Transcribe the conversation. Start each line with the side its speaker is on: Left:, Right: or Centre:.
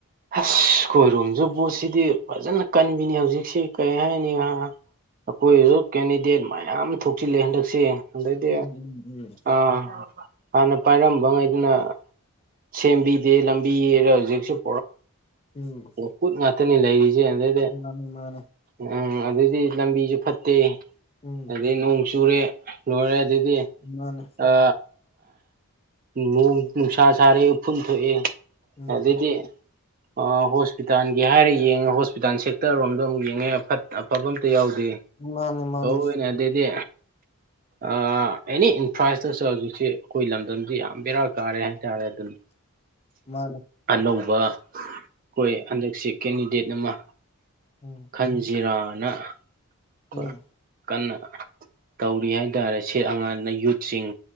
Right: ꯑꯁ ꯈꯣꯏꯔꯣꯝꯁꯨ ꯣꯠꯁꯤꯗꯤ ꯐꯖꯅ ꯀꯟꯕꯤꯅꯤ ꯍꯧꯖꯤꯛꯁꯤ ꯀꯩ ꯍꯥꯏꯅꯤ ꯑꯩꯈꯣꯏꯁꯨ ꯀꯦꯟꯗꯤꯗꯦꯠ ꯃꯌꯥꯝ ꯊꯣꯛꯆꯤꯜꯂꯦ ꯍꯟꯗꯛꯁꯦ ꯑꯗꯩꯗꯤ
Left: ꯎ ꯎ
Right: ꯑꯥ ꯍꯥꯟꯅ ꯄꯥꯏꯔꯝꯕ ꯉꯩꯗꯨꯅ ꯁꯦꯝꯕꯤꯗꯦ ꯂꯝꯕꯤꯔ ꯍꯧꯖꯤꯛꯁꯨꯛ
Left: ꯎꯝ
Right: ꯀꯨꯠ ꯉꯥꯛꯇꯅꯤ ꯂꯩꯔꯤꯁꯦ ꯑꯗꯩꯗꯤ
Left: ꯃꯥꯅꯦ ꯃꯥꯅꯦ
Right: ꯎꯝ ꯑꯗꯨꯗꯩꯗꯤ ꯂꯝꯕꯤꯁꯨ ꯐꯠꯇꯦ
Left: ꯎꯝ
Right: ꯑꯗꯨꯗꯩ ꯅꯣꯡ ꯆꯨꯨꯔꯦ ꯂꯣꯏꯔꯦ ꯑꯗꯨꯗꯤ
Left: ꯃꯥꯅꯦ
Right: ꯅ ꯅꯨꯡꯁꯥ ꯁꯥꯥꯔꯦ ꯎꯐꯨꯟ ꯊꯣꯛꯑꯦ
Left: ꯎꯝ
Right: ꯑꯗꯨꯗꯗꯤ ꯑ ꯍꯣꯁꯄꯤꯇꯥꯜꯒꯤ ꯍꯥꯏꯔ ꯌꯦꯡꯉꯦ ꯍꯣꯁꯄꯤꯇꯥꯥꯟ ꯁꯦꯛꯇꯔꯣꯝꯗ ꯑꯃꯨꯛ ꯌꯦꯡꯉꯦꯐꯠ ꯑꯐꯕ ꯑꯝꯇ ꯌꯥꯎꯗꯦ
Left: ꯃꯥꯅꯦ ꯃꯥꯅꯦ
Right: ꯂꯅꯦ ꯑꯗꯨꯗꯩꯗꯤ ꯑꯦꯅꯤ ꯏꯟꯐ꯭ꯔꯥ ꯏꯁꯇ꯭ꯔꯛꯆꯔ ꯍꯧꯖꯤꯛꯁꯦ ꯑꯩꯈꯣꯏ ꯂꯝꯗꯝꯁꯤ ꯌꯥꯝ ꯕꯦꯔꯥ ꯀꯥꯔꯦ ꯍꯥꯏꯇꯥꯔꯦ ꯑꯗꯨꯝ <inaudible>
Left: ꯃꯥ
Right: ꯑꯅꯧꯕ ꯑꯩꯈꯣꯏ ꯍꯟꯗꯛꯁꯤꯦ ꯀꯦꯟꯗꯤꯗꯦꯠ ꯑꯃ
Left: ꯎꯝ
Right: ꯈꯟꯖꯤꯔꯥꯅ
Left: ꯎꯝ
Right: ꯣꯏ ꯀꯟꯅ ꯇꯧꯔꯤ ꯍꯥꯏꯇꯥꯔꯦ ꯁꯦ ꯑꯉꯥꯡꯅ ꯌꯨꯠꯁꯤꯡ